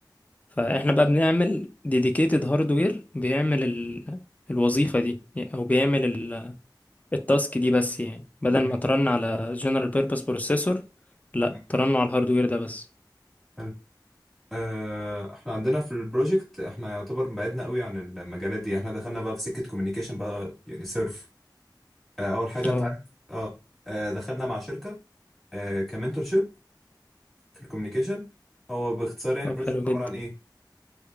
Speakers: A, on the left; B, in the centre.
A: فاحنا بقى بنعمل ديديكيتد هاردوير بيعمل ال... الوظيفة دي يعني- او بيعمل ال... التاسك دي بس يعني بدل
B: جميل
A: ما ترن على general purpose processor لا
B: مم.
A: ترن على الهاردوير ده بس
B: حلو آه إحنا عندنا في البروجكت إحنا يعتبر بعدنا قوي عن المجالات دي إحنا دخلنا بقى في سكة كوميونيكيشن بقى يعني سيرف آه أول حاجة أنت
A: اه
B: عارف أه آه، دخلنا مع شركة آه كمنتور شيب في الكوميونيكيشن هو باختصار يعني
A: طب
B: البروجكت
A: حلو جدا
B: عبارة عن إيه؟